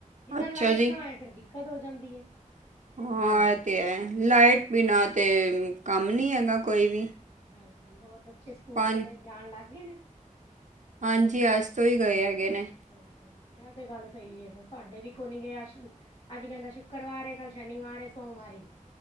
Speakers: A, on the left; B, on the right.
A: ਜਿੱਦਾਂ
B: ਅੱਛਾ
A: ਲਾਈਟ
B: ਜੀ
A: ਨਾ ਹੋਇਆ ਫਿਰ। ਕਦੋ ਜਾਂਦੀ
B: ਹਾਂ,
A: ਹਾਂਜੀ।
B: ਇਹ ਤੇ ਹੈ ਲਾਈਟ
A: ਹਾਂ
B: ਬਿਨਾਂ ਤੇ ਕੰਮ ਨੀ ਹੈਗਾ ਕੋਈ ਵੀ
A: ਹਾਂਜੀ, ਹੋਰ ਬੱਚੇ ਸਕੂਲ
B: ਪਾਣੀ
A: ਚਲੇ ਜਾਣ ਲੱਗ ਗਏ ਨੇ?
B: ਹਾਂਜੀ, ਅੱਜ ਤੋਂ ਹੀ ਗਏ ਹੈਗੇ ਨੇ।
A: ਹਾਂਜੀ ਹ ਇਹ ਤੇ ਗੱਲ ਸਹੀ ਹੈ ਬ ਸਾਡੇ ਵੀ ਕੋ ਨੀ ਗਏ। ਅੱਜ ਕਹਿੰਦਾ ਸ਼ੁੱਕਰਵਾਰ ਕੱਲ ਸ਼ਨੀਵਾਰ ਸੋਮਵਾਰ।